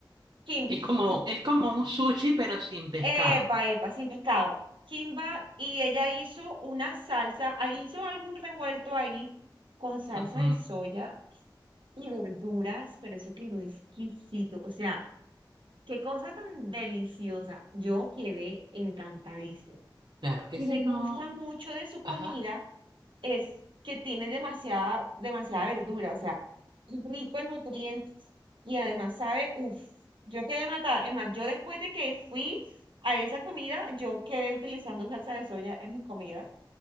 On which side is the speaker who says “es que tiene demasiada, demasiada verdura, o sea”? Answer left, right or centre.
Right